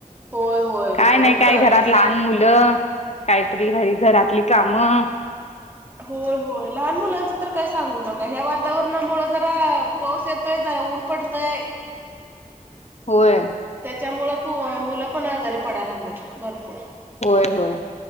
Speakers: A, on the right; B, on the left.
A: होय होय
B: काय
A: रोज
B: नाही काय
A: चालूच
B: घरात लहान
A: आहे.
B: मुलं काहीतरी घरी घरातली कामं.
A: होय होय लहान मुलांचं तर काय सांगू नका ह्या वातावरणामूळ जरा पाऊस येतोय जरा ऊन पडतय
B: होय.
A: त्याच्यामुळं पो मुलं पण आजारी पडाय लागल्यात भरपूर.
B: होय होय